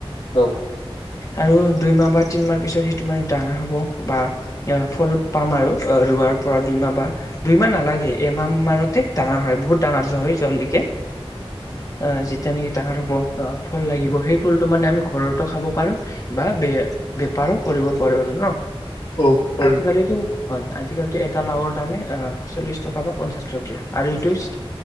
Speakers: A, on the left (about 55°); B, on the left (about 35°).
A: আহ।
B: আৰু দুইমাহ বা তিনমাহ পিছত সিটো মানে ডাঙৰ হ'ব। বা ফল পাম আৰু অ ৰোৱাৰ পৰা দুইমাহ বা দুইমাহ নালাগে এমাহ মানত। ডাঙৰ হয় বহুত ডাঙৰ জ হয় জলকে- অ যেিতিয়া নেকি ডাঙৰ হ'ব আহ ফল লাগিব সেই। ফুলটো মানে আমি ঘৰতো খাব পাৰো বা ব বেপাৰো কৰিব পাৰো আৰু ন।
A: অ পাৰ।
B: আজিকালিতো হয় আজিকালিতটো এটা লাওৰ তামে অ চল্লিশ টকা বা পঞ্চাশ টকীয়া আৰু এইটো চি